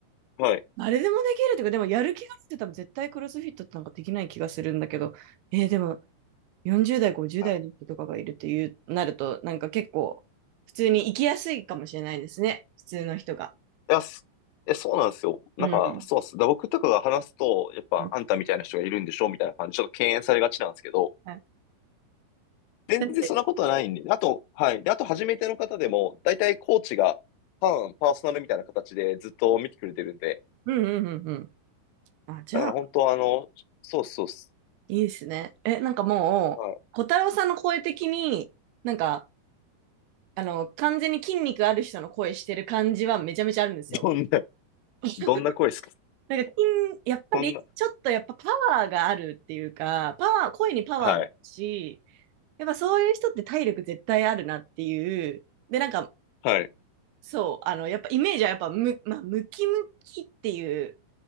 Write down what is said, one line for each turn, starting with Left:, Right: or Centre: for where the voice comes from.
Left: はい。
Right: 誰でもできるっていうか、でもやる気がして多分絶対クロスフィットってなんかできない気がするんだけど、えーでも40代、50代の人とかがいるっていう、
Left: はい。
Right: なると、なんか結構、普通に生きやすいかもしれないですね、普通の人が。
Left: いや、すえ、そうなんですよ。
Right: うん。
Left: なんか、そうっす。だ僕とかが話すと、やっぱ、
Right: うん
Left: あんたみたいな人がいるんでしょみたいな感じで、ちょっと敬遠されがちなんですけど、
Right: はい
Left: 全然そんなことはないんで、
Right: だって
Left: あと、はい。で、あと、初めての方でも、大体コーチが、パン、パーソナルみたいな形でずっと見てくれてるんで、
Right: うんうんうんうん。あ、じゃあ、
Left: だから本当は、あの、そうっす、そうっす。
Right: いいですね。え、なんかもう、
Left: はい。
Right: 小太郎さんの声的に、なんか、あの、完全に筋肉ある人の声してる感じはめちゃめちゃあるんですよ。
Left: どんな、
Right: <laughs>
Left: どんな声ですか
Right: なんか筋、やっぱり、
Left: そんな、
Right: ちょっとやっぱパワーがあるっていうか、パワー、声にパワーもあるし、
Left: はい。
Right: やっぱそういう人って体力絶対あるなっていう。で、なんか、
Left: はい。
Right: そう、あの、やっぱイメージはやっぱむ、まあ、ムキムキっていう、